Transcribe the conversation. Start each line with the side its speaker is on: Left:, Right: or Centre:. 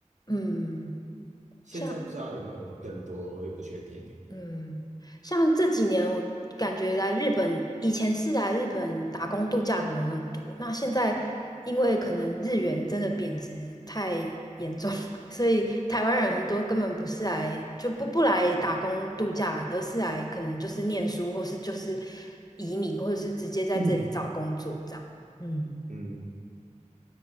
Left: 嗯，
Right: 现在不知道有没有更多，
Left: 像
Right: 我也不确定。<coughs>
Left: 嗯，像这几年我感觉来日本，以前是来日本打工度假的人很多，那现在因为可能日元真的贬值太严重，<laughs> 所以台湾人很多根本不是来就不不来打工度假，而是来可能就是念书，或是就是移民，或者是直接在这里找工作这样。
Right: <clears throat>
Left: 嗯，
Right: 嗯，